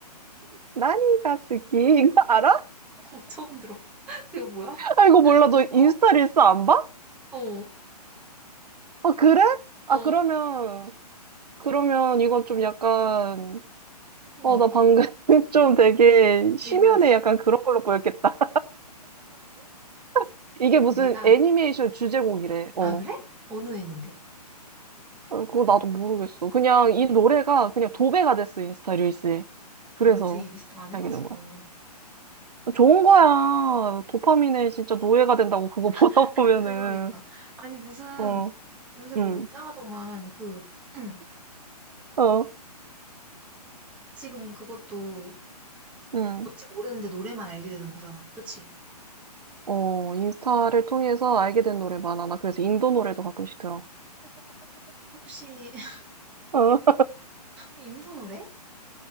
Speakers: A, on the right (about 75°); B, in the centre.
A: 나니가 스키. 이거 <laughs> 알아?
B: <laughs> 처음 들어. <laughs> 그거 뭐야?
A: 아, 이거 몰라. 너
B: 어,
A: 인스타 릴스 안 봐?
B: 어,
A: 아, 그래? 아,
B: 어,
A: 그러면, 그러면 이건 좀 약간,
B: 어.
A: 어, 나 방금 <laughs> 좀 되게 심연에
B: 민망했어?
A: 약간 그런 걸로 보였겠다. <laughs> 이게
B: 아니,
A: 무슨
B: 내가,
A: 애니메이션 주제곡이래. 어.
B: 아, 그래? 어느 애인데?
A: 어, 그거 나도 모르겠어. 그냥 이 노래가 그냥 도배가 됐어, 인스타 릴스에. 그래서
B: 나 요새 인스타 안
A: 알게
B: 해가지고.
A: 된 거야. 좋은 거야. 도파민에 진짜 노예가 된다고 그거 <laughs> 보다
B: <laughs>
A: 보면은.
B: 아니, 그러니까. 아니, 무슨,
A: 어,
B: 요새 뭐
A: 응,
B: 이상하더만, 그, <clears throat>
A: 어,
B: 지금 그것도
A: 응.
B: 뭔지 모르는데 노래만 알게 되는 거잖아. 그치?
A: 어, 인스타를 통해서 알게 된 노래 많아. 나 그래서 인도 노래도 가끔씩 들어.
B: 혹시 <laughs>
A: 어,
B: 인도 노래?